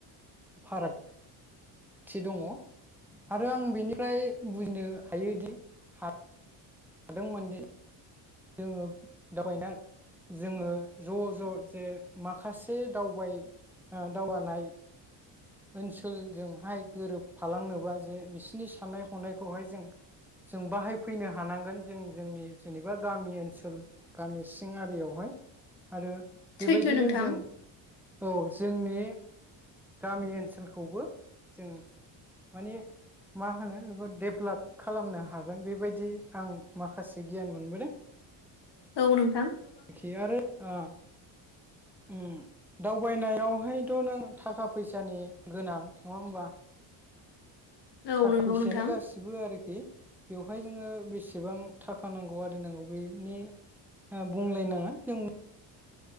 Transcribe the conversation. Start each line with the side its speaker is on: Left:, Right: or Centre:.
Centre: फारागथि दङ आरो आं बेनिफ्राय बुजिनो हायोदि हा हादोंमोनदि जोङो दावबायना जोङो ज ज जे माखासे दावबाय ओ दावगानाय ओनसोलजोंहाय गोरोबफालांनोबा जे बिसोरनि साननाय हनायखौहाय जों जों बाहाय फैनो हानांगोन जों जोंनि जेनेबा गामि ओनसोल गामि सिं आरियावहाय आरो बेबायदिनो
Left: सैथो नोंथां
Centre: जों औ। जोंनि गामि ओनसोलखौबो जों माने मा होनो बेखौ डेभेलाब खालामनो हागोन बेबायदि आं माखासे गियान मोनबोदों।
Left: औ नों
Centre: खि आरो आ उम। दावबायनायावहायथ' नों थाखा फैसानि गोनां नङा होमबा?
Left: औ
Centre: थाखा
Left: नंगौ
Centre: फैसायानो
Left: नोंथां
Centre: गासिबो आरोखि बेवहाय जोङो बेसेबां थाखा नांगौ आरि नांगौ बेनि ओ बुंलायनाङा जों